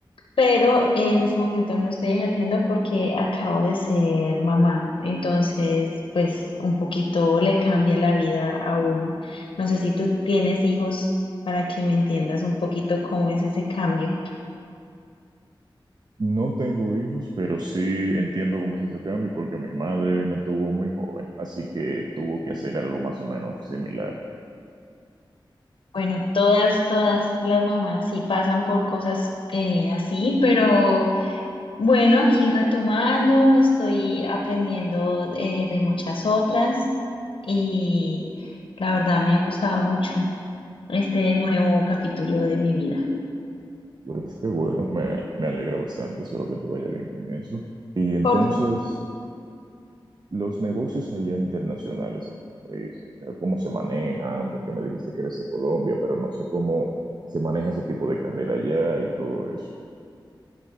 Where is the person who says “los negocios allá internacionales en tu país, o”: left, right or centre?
Right